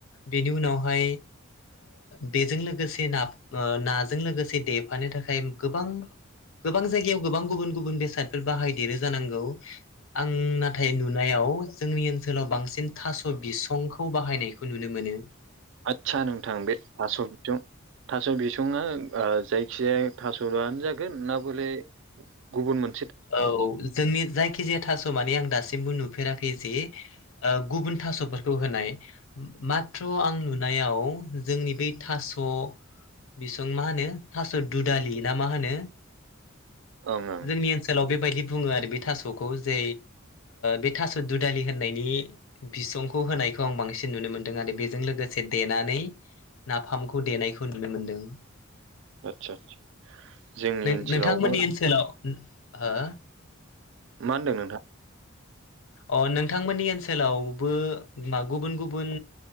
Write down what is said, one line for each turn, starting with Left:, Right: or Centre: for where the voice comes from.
Left: बेनि उनावहाय बेजों लोगोसे ना नाजों लोगोसे देफानो थाखाय गोबां गोबां जायगायाव गोबां गुबुन गुबुन बेसादफोर बाहायदेरो जानांगौ आं नाथाय नुनायाव जोंनि ओनसोलाव बांसिन थास' बिसं खौ बाहायनायखौ नुनो मोनो
Right: आदसा नोंथां बे थास' बिसं थास' बिसङआ जायखिजाया थास''आनो जागोन ना बले गुबुन
Left: औ जोंनि जायखिजाया थास'माने आं दासिमबो नु नुेराखै ज गुब थफोरखौ होनाय म आं नु नुनायाव जोंनि बै थास' बिसं मा होनो थास' दुदालि ना मा होन
Right: ओं ओं
Left: जोंनि <unintelligible> बेबायदि बुङो आरो बे थास'खौ जे बे थास' दुदालि होननायनि बिसंखौ होनायखौ आं बांसिन नुनो मोनदों आरो बेजों लोगोसे माखसे देनानै नाफामखौ देनायखौ नुनो मोनदों
Right: आदसा जोंनि
Left: नोंथांमोननि
Right: ओनसोलावबो
Left: ओनसोलाव हो
Right: मा होनदों नोंथाङां
Left: अ नोंथांमोननि ओनसोलावबो मा गुबुन गुबुन